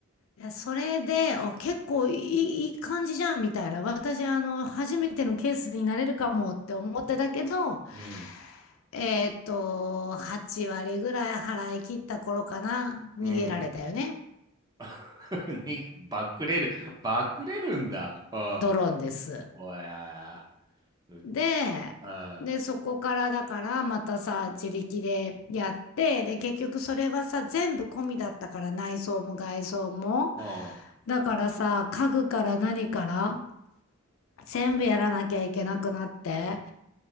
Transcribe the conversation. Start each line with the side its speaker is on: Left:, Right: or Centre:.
Left: いや、それで、お、結構いい、いい感じじゃんみたいな。私、あの、初めてのケースになれるかもって思ってたけど、
Right: うん、
Left: えーっと、8割ぐらい払い切った頃かな、
Right: うん。
Left: 逃げられたよね。
Right: <laughs> に、バックレる、バックレるんだ。うん、
Left: ドローンです。
Right: おやや、う、う
Left: で、
Right: ん、
Left: で、そこからだから、またさ、自力でやって、で、結局それはさ、全部込みだったから、内装も外装も。
Right: うん、
Left: だからさ、家具から何から、全部やらなきゃいけなくなって。